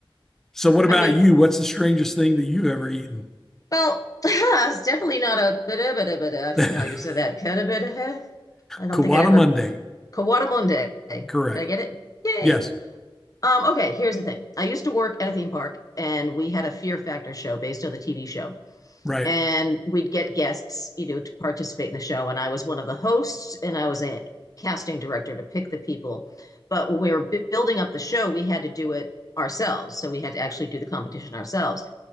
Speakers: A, in the centre; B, on the left.
A: So, what about
B: I mean,
A: you? What's the strangest thing that you've ever eaten?
B: well, <laughs> it's definitely not a bada bada bada. I forget
A: <laughs>
B: how you said that. Katabata. I don't
A: Kawada
B: think I'd ever
A: Monday.
B: Kawadamunde. Did
A: Correct.
B: I get it? Yay.
A: Yes.
B: Um, okay, here's the thing. I used to work at a theme park and we had a Fear Factor show based on the TV show.
A: Right.
B: and we'd get guests, you know, to participate in the show. And I was one of the hosts, and I was a casting director to pick the people. But when we were building up the show, we had to do it ourselves. So we had to actually do the competition ourselves.